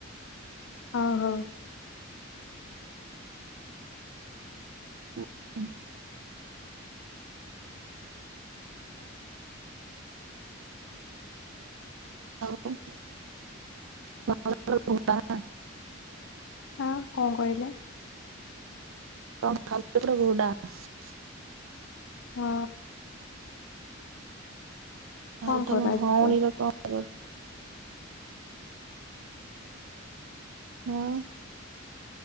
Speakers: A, on the left (about 65°); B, on the right (about 75°).
A: ହଁ ହଁ।
B: <inaudible> <inaudible>
A: ହଁ କଣ କହିଲେ?
B: <unintelligible>
A: ହଁ। କଣ
B: ଆଉ
A: କରାଯିବ
B: ତମ ଭଉଣୀର କଣ ଖବର? ଉଁ?